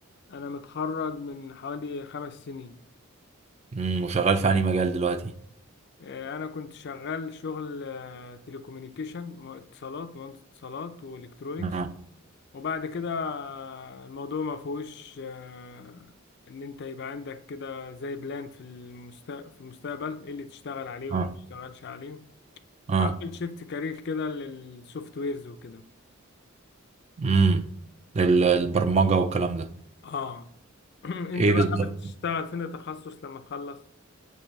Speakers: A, on the left; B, on the right.
A: انا متخرج من حوالي خمس سنين
B: مم. وشغال في انهي مجال دلوقتي
A: آه، انا كنت شغال شغل تليكومينيكيشن اتصالات مهندس اتصالات والكترونيكس
B: اه
A: وبعد كده الموضوع ما فيهوش آه، ان انت يبقى عندك كده زي بلان في المست... في المستقبل ايه اللي تشتغل عليه ولا
B: اه
A: ما تشتغلش عليه
B: اه
A: فعملت شيفت كارير كده للسوفت ويرز وكده
B: مم. ال- البرمجه والكلام ده
A: اه <clears throat> انت
B: ايه
A: بقى
B: بالظبط
A: حابب تشتغل فين تخصص لما تخلص